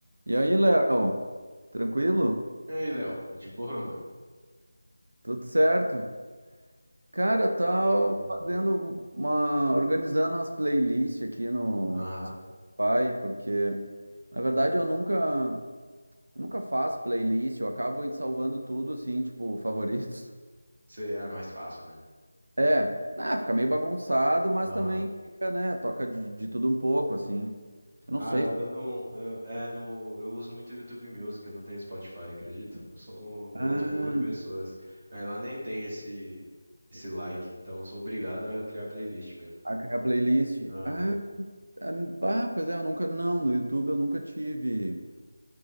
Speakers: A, on the right; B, on the right.
A: E aí, Léo? Tranquilo?
B: E aí, Léo? De boa, mano?
A: Tudo certo? Cara, eu
B: Tudo
A: tava
B: bem também.
A: fazendo uma, organizando as playlists aqui no
B: Aham.
A: Spotify, porque na verdade eu nunca, eu nunca faço playlist, eu acabo salvando tudo assim, tipo, favoritos. <laughs>
B: Cê- é mais fácil, né?
A: É, ah, fica meio bagunçado, mas
B: Aham.
A: também fica, né, toca de, de tudo um pouco assim. Eu não
B: Ah,
A: sei.
B: eu
A: se-
B: não. Eu, é, no, eu uso muito YouTube Music, eu não tenho Spotify, acredito. Eu sou uma
A: Ah,
B: das poucas pessoas. Aí lá nem tem esse, esse like, então eu sou obrigado a criar playlist mesmo.
A: a a playlist.
B: Aham.
A: Ah, ah, ah, pois é, eu nunca, não, no YouTube eu nunca tive.